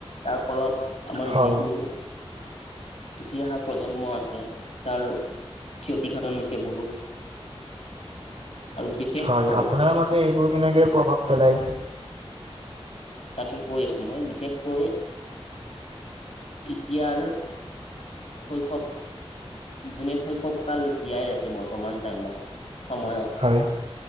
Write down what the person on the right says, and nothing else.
হয়,
হয়, আপোনাৰ মতে এইবোৰ কেনেকে প্ৰভাৱ পেলায়?
হয়।